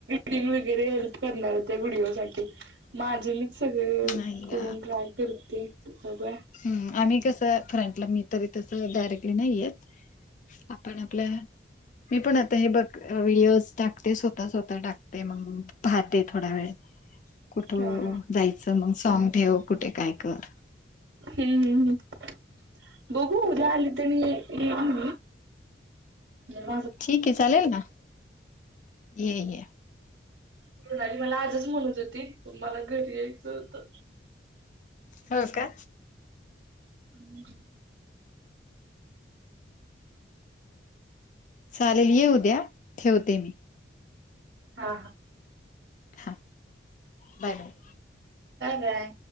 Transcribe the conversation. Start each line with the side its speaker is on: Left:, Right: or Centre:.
Right: डंग वगैरे हेल्प करणार हो त्या व्हिडिओ साठी माझे म सगळे
Left: नाही
Right: करून
Left: ग
Right: ड्राय करते बघं
Left: हम् आम्ही कसं फ्रंटला मी तरी तसं डायरेक्टली नाहीयेत आपण आपलं मी पण आता हे बघ व्हिडिओज टाकते स्वतः स्वतः टाकते मग पाहते थोडा वेळ कुठं
Right: हा हा
Left: जायचं मग सॉग ठेव कुठे काय कर
Right: हम्म हम्म् बघू उद्या आली तर येल मी जव
Left: ठीक आहे चालेल ना ये ये
Right: तरुणाली मला आजच म्हणत होती तु मला घरी यायचं होत
Left: हो का
Right: हम्
Left: चालेल ये उद्या ठेवते मी
Right: हा हा
Left: हा बाय बाय
Right: हा काय